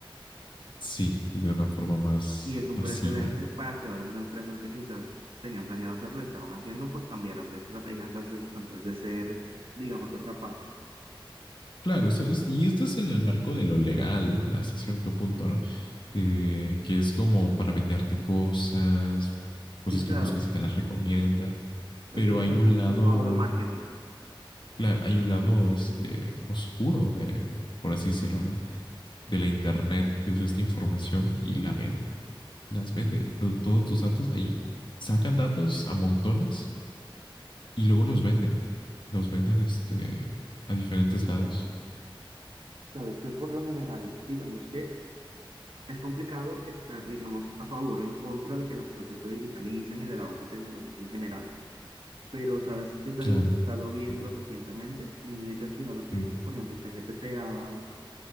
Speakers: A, on the left; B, on the right.
A: Sí, y de una forma más
B: Y es un
A: pasiva.
B: precedente para que otras empresas que quizás tenían planeado hacerlo, estaban haciendo, pues cambiaran de estrategia antes de, antes de ser, digamos, atrapadas.
A: Claro, eso es, y esto es en el marco de lo legal hasta cierto punto, ¿no? Eh, que es como para venderte cosas, cosas
B: Sí, claro,
A: que buscas y te las recomienda,
B: eso
A: pero
B: es usualmente
A: hay un lado,
B: un trabajo de marketing.
A: claro, hay un lado este, oscuro de, por así decirlo, ¿no? de la internet que usa esta información y la vende, las vende. Tu- todos tus datos ahí sacan datos a montones y luego los venden. Los venden este, a diferentes lados.
B: Sabes que por lo general, digamos que es complicado estar, digamos, a favor o en contra de que las cosas se digitalicen y del avance tecnológico en general. Pero sabes que es
A: Claro.
B: algo que he estado viendo
A: Mm,
B: recientemente. No sé si te has fijado que,
A: mm.
B: pues, por ejemplo, ChatGPT ha,